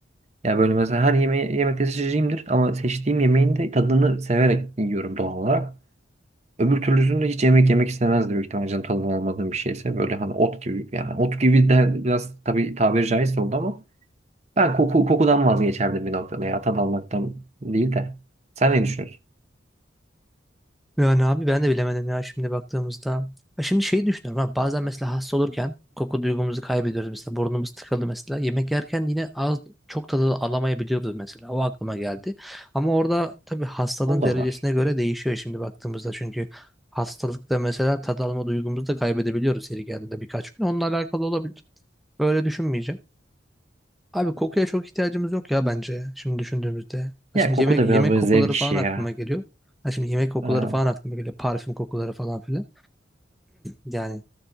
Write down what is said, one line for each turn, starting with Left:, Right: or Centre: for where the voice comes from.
Right: Ya böyle mesela her yemeği yemekte seçeceğimdir ama seçtiğim yemeğin de tadını severek yiyorum doğal olarak. Öbür türlüsünde hiç yemek yemek istemezdi büyük ihtimalle canı tadının olmadığım bir şeyse. Böyle hani ot gibi yani ot gibi de biraz tabii tabiri caizse oldu ama ben koku, kokudan vazgeçerdim bir noktada ya tat almaktan değil de. Sen ne düşünüyorsun?
Centre: Yani abi ben de bilemedim ya şimdi baktığımızda. Ha şimdi şeyi düşünüyorum ha bazen mesela hasta olurken koku duygumuzu kaybediyoruz mesela burnumuz tıkalı mesela. Yemek yerken yine az çok tadı alamayabiliyoruz mesela o aklıma geldi. Ama orada tabii hastalığın
Right: O
Centre: derecesine
Right: da var.
Centre: göre değişiyor şimdi baktığımızda çünkü hastalıkta mesela tad alma duygumuzu da kaybedebiliyoruz yeri geldiğinde birkaç gün. Onunla alakalı olabilir. Böyle düşünmeyeceğim. Abi kokuya çok ihtiyacımız yok ya bence şimdi düşündüğümüzde. Ha
Right: Ya
Centre: şimdi
Right: koku
Centre: yemek
Right: da
Centre: yemek
Right: biraz böyle
Centre: kokuları
Right: zevk
Centre: falan
Right: işi ya.
Centre: aklıma geliyor. Ha şimdi yemek kokuları
Right: Ha.
Centre: falan aklıma geliyor. Parfüm kokuları falan filan. Yani